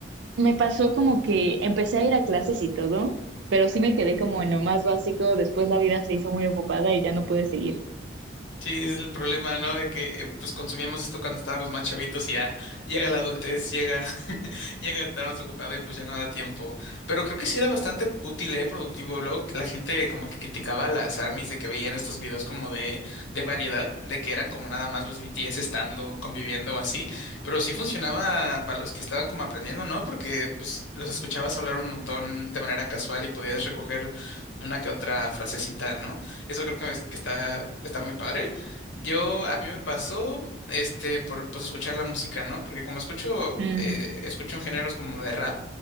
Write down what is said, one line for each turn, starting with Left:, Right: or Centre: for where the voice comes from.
Right: me pasó como que empecé a ir a clases y todo, pero sí me quedé como en lo más básico. Después la vida se hizo muy ocupada y ya no pude seguir.
Left: Sí, es el problema, ¿no? De que eh, pues consumíamos esto cuando estábamos más chavitos y ya llega la adultez, llega, <laughs> llega a estar más ocupado y pues ya no da tiempo. Pero creo que sí era bastante útil, ¿eh? Productivo. Luego la gente como que criticaba a las ARMYs de que veían estos videos como de, de variedad, de que eran como nada más los BTS estando, conviviendo o así. Pero sí funcionaba para los que estaban como aprendiendo, ¿no? Porque pues los escuchabas hablar un montón de manera casual y podías recoger una que otra frasecita, ¿no? Eso creo que, es- que está, está muy padre. Yo, a mí me pasó, este, por pues escuchar la música, ¿no? Porque como escucho,
Right: Mm,
Left: eh, escucho en géneros como de rap,